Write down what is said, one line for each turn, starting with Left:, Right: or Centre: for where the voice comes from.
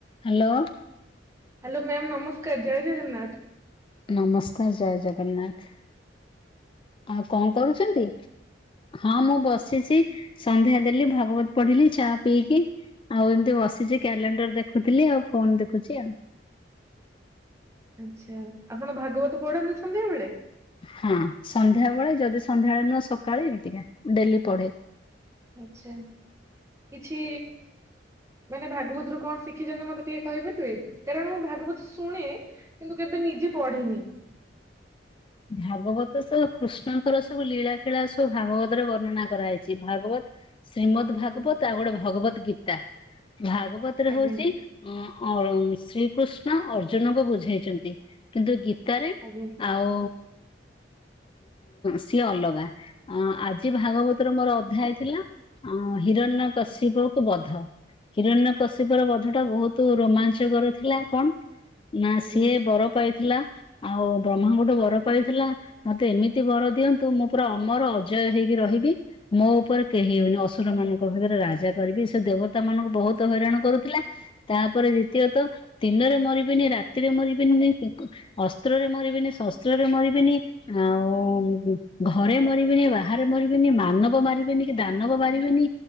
Left: Hello.
Right: Hello ma'am ନମସ୍କାର। ଜୟ ଜଗନ୍ନାଥ।
Left: ନମସ୍କାର ଜୟ ଜଗନ୍ନାଥ। ଆଉ କଣ କରୁଛନ୍ତି? ହଁ ମୁଁ ବସିଛି। ସନ୍ଧ୍ୟା ଦେଲି ଭାଗବତ ପଢିଲି ଚା ପିଇକି ଆଉ ଏମିତି ବସିଛି କ୍ୟାଲେଣ୍ଡର ଦେଖୁଥିଲି ଆଉ ଫୋନ ଦେଖୁଛି ଆଉ।
Right: ଆଛା। ଆପଣ ଭାଗବତ ପଢନ୍ତି ସନ୍ଧ୍ୟା ବେଳେ?
Left: ହଁ ସନ୍ଧ୍ୟାବେଳେ ଯଦି ସନ୍ଧ୍ୟାବେଳେ ନୁହଁ ସକାଳେ ଏମିତିକା ଡେଲି ପଢେ।
Right: ଆଛା କିଛି ମାନେ ଭାଗବତରୁ କଣ ଶିଖିଛନ୍ତି ମତେ ଟିକେ କହିପାରିବେ? କାରଣ ମୁଁ ଭାଗବତ ଶୁଣେ କିନ୍ତୁ କେବେ ନିଜେ ପଢିନି।
Left: ଭାଗବତ ସବୁ କୃଷ୍ଣଙ୍କର ସବୁ ଲୀଳାଖିଳା ସବୁ ଭାଗବତରେ ବର୍ଣ୍ଣନା କରାହେଇଛି। ଭାଗବତ ଶ୍ରୀମଦ୍
Right: ଆଜ୍ଞା
Left: ଭାଗବତ ଆଉ ଗୋଟେ ଭଗବତ ଗୀତା ଭାଗବତ ରେ
Right: ଆଜ୍ଞା
Left: ହଉଛି ଅ ଅ ଶ୍ରୀକୃଷ୍ଣ ଅର୍ଜୁନଙ୍କୁ ବୁଝେଇଛନ୍ତି କିନ୍ତୁ ଗୀତାରେ
Right: ଆଜ୍ଞା।
Left: ଆଉ ସିଏ ଅଲଗା ଆ ଆ ଭାଗବତର ମୋର ଅଧ୍ୟାୟ ଥିଲା ହିରଣ୍ୟ କଶ୍ୟପ କୁ ବଧ ହିରଣ୍ୟ କଶ୍ୟପ ର ବଧ ଟା ବହୁତ ରୋମାଞ୍ଚକର ଥିଲା କଣ? ନା
Right: ଆଜ୍ଞା
Left: ସିଏ ବର ପାଇଥିଲା ଆଉ ବ୍ରହ୍ମାଙ୍କଠୁ ବର ପାଇଥିଲା ମତେ ଏମିତି ତି ବର ଦିଅନ୍ତୁ ମୁଁ ପୁରା ଅମର ଅଜୟ ହେଇକି ରହିବି ମୋ ଉପରେ କେହି ହେବନି ଅସୁର ମାନଙ୍କ ଭିତରେ ରାଜା କରିବି ସେ ଦେବତା ମାନଙ୍କୁ ବହୁତ ତ ହଇରାଣ କରୁଥିଲା। ତାପରେ ଦିତୀୟତଃ ଦିନରେ ମରିବିନି ରାତିରେ ମରିବିନି ଅସ୍ତ୍ରରେ ମରିବେନି ଶସ୍ତ୍ରରେ ମରିବେନି ଆଉ ଘରେ ମରିବେନି ବାହାରେ ମରିବେନି ମାନବ ମାରିବେନି କି ଦାନବ ମାରିବେନି